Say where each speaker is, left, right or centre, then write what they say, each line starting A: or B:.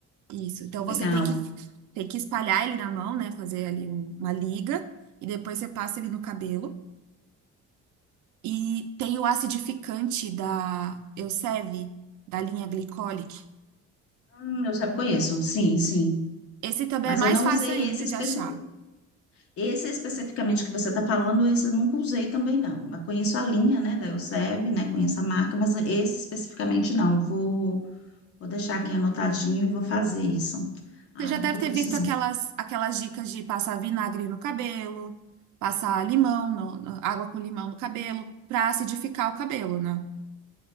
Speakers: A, on the right; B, on the left.
A: isso. Então você
B: legal.
A: tem que, tem que espalhar ele na mão, né? Fazer ali um- uma liga. E depois você passa ele no cabelo. E tem o acidificante da Elseve, da linha Glycolic.
B: Hum, eu já conheço, sim, sim.
A: Esse também
B: Mas
A: é mais
B: eu não
A: fácil
B: usei
A: ainda
B: esse, especifi...
A: de achar.
B: esse especificamente que você tá falando, esse eu nunca usei também, não. Mas conheço a linha, né, da Elseve, né, conheço a marca, mas esse especificamente não. Vou, vou deixar aqui anotadinho e vou fazer isso. Ai,
A: Você já deve
B: tô
A: ter
B: precisando.
A: visto aquelas, aquelas dicas de passar vinagre no cabelo, passar limão, no- no- água com limão no cabelo, pra acidificar o cabelo, né?